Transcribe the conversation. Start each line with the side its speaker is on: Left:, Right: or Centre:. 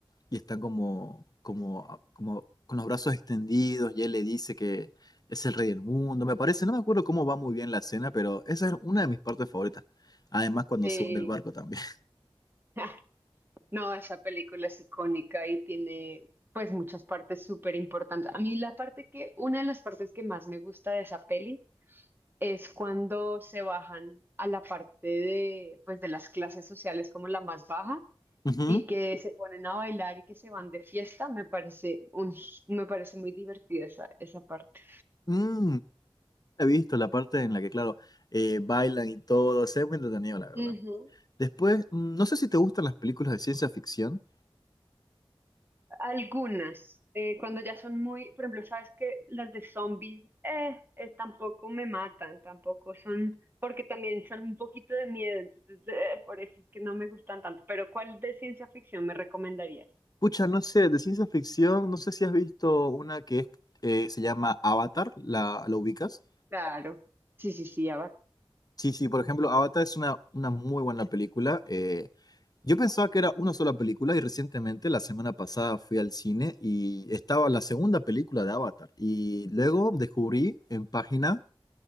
Left: y están como, como, como con los brazos extendidos y él le dice que es el rey del mundo, me parece, no me acuerdo cómo va muy bien la cena, pero esa es una de mis partes favoritas. Además, cuando
Right: Sí.
Left: se hunde el barco también.
Right: <laughs> No, esa película es icónica y tiene pues muchas partes súper importantes. A mí la parte que, una de las partes que más me gusta de esa peli es cuando se bajan a la parte de, pues, de las clases sociales como la más baja
Left: Ujú.
Right: y que
Left: <laughs>
Right: se ponen a bailar y que se van de fiesta, me parece un, me parece muy divertida esa, esa parte.
Left: Mm, He visto la parte en la que, claro, eh, bailan y todo. Se ve muy entretenido, la verdad.
Right: Ujú.
Left: Después, mm, no sé si te gustan las películas de ciencia ficción.
Right: Algunas, eh, cuando ya son muy, por ejemplo, sabes que las de zombies, eh, eh, tampoco me matan, tampoco son, porque también son un poquito de miedo, entonces eh, por eso es que no me gustan tanto. Pero ¿cuál de ciencia ficción me recomendarías?
Left: Pucha, no sé, de ciencia ficción, no sé si has visto una que es, eh, se llama Avatar, ¿la, la ubicas?
Right: Claro, sí, sí, sí, ya
Left: Sí, sí, por ejemplo, Avatar es una, una muy buena película. eh, yo pensaba que era una sola película y recientemente, la semana pasada, fui al cine y estaba la segunda película de Avatar. Y luego descubrí en páginas